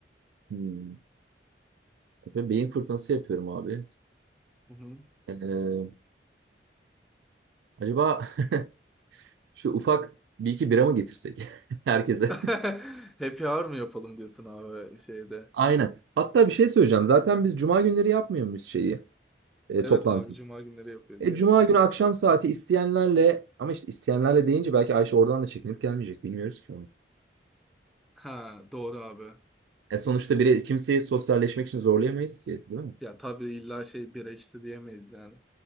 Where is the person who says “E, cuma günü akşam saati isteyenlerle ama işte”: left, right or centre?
Right